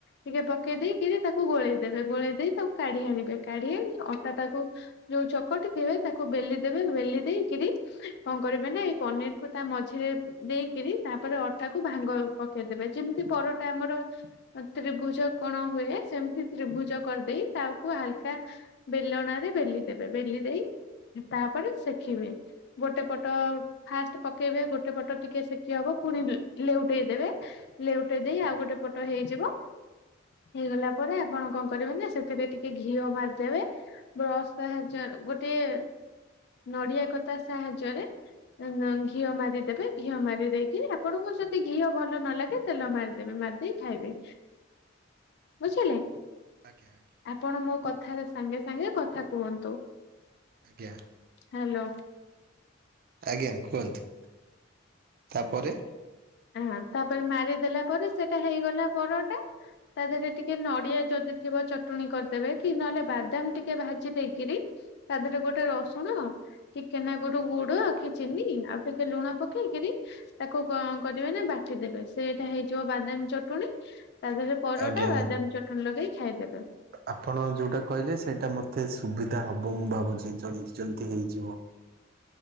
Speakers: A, on the left; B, on the right.
A: ଟିକେ ପକେଇ ଦେଇକିରି ତାକୁ ଗୋଳେଇ ଦେବେ। ଗୋଳେଇ ଦେଇ ତାକୁ କାଢି ଆଣିବେ। କାଢି ଆଣି ଅଟା ଟାକୁ ଯୋଉ ଚକଟି ଥିବେ ତାକୁ ବେଲି ଦେବେ ବେଲି ଦେଇକିରି କଣ କରିବେ ନା ଏଇ ପନିରକୁ ତା ମଝିରେ ଦେଇକିରି ତାପରେ ଅଟାକୁୁ ଭାଙ୍ଗ ପକେଇଦବେ ଯେମିତି ପରଟା ଆମର ତ୍ରିଭୁଜ କୋଣ ହୁଏ। ସେମିତି ତ୍ରିଭୁଜ କରିଦେଇ, ତାକୁ ହାଲ୍ କା ବେଲଣାରେ ବେଲି ଦେବେ। ବେଲି ଦେଇ ତା'ପରେ ସେଖିବେ। ଗୋଟେ ପଟ ଫାଷ୍ଟ୍ ପକେଇବେ, ଗୋଟେ ପଟ ଟିକେ ସେକି ହବ, ପୁଣି ଲେଉଟେଇ ଦେବେ ଲେଉଟେଇ ଦେଇ ଆଉ ଗୋଟେ ପଟ ହେଇଯିବ। ହେଇଗଲା ପରେ, ଆପଣ କଣ କରିବେ ନା, ସେଥିରେ ଟିକେ ଘିଅ ମାରିଦେବେ। ବ୍ରସ୍ ସାହାଯ୍ୟ ଗୋଟିଏ ନଡିଆ କତା ସାହାଯ୍ୟରେ ଉଁ-ଅ ଘିଅ ମାରିଦେବେ। ଘିଅ ମାରି ଦେଇକି, ଆପଣଙ୍କୁ ସେତି ଘିଅ ଭଲ ନ ଲାଗେ, ତେଲ ମାରିଦେବେ, ମାରିଦେଇ ଖାଇବେ, ବୁଝିଲେ?
B: ଆଜ୍ଞା, ଆଜ୍ଞା।
A: ଆପଣ ମୋ, କଥାରେ ସାଙ୍ଗେ ସାଙ୍ଗେ କଥା କୁହନ୍ତୁ।
B: ଆଜ୍ଞା।
A: ହ୍ୟାଲୋ।
B: ଆଜ୍ଞା, କୁହନ୍ତୁ ତା'ପରେ
A: ହଁ ତା'ପରେ ମାରିଦେଲା ପରେ, ସେଟା ହେଇଗଲା ପରଟା। ତା, ଦେହରେ ଟିକେ ନଡିଆ ଯଦି ଥିବ ଚଟୁଣୀ କରିଦେବେ, କି ନହେଲେ, ବାଦାମ ଟିକେ ଭାଜି ଦେଇକିରି ତା, ଦେହେରେ ଗୋଟେ ରସୁଣ, ଟିକେନାଗୁରୁ ଗୁଡ, କି ଚିନି, ଆଉ ଟିକେ ଲୁଣ ପକେଇକିରି, ତା' ତାକୁ କଣ କରିବେ ନା ବାଟି ଦେବେ, ସେଇଟା ହେଇଯିବ ବାଦାମ ଚଟୁଣୀ, ତା, ଧେରେ ପରଟା
B: ଆଜ୍ଞା।
A: ବାଦାମ ଚଟୁଣୀ ଲଗେଇ ଖାଇଦେବେ।
B: ଆପଣ ଯୋଉଟା କହିଲେ ସେଇଟା ମତେ ସୁବିଧା ହବ ମୁଁ ଭାବୁଛି। ଜଲ୍ଦି, ଜଲ୍ଦି ହେଇଯିବ।
A: ହ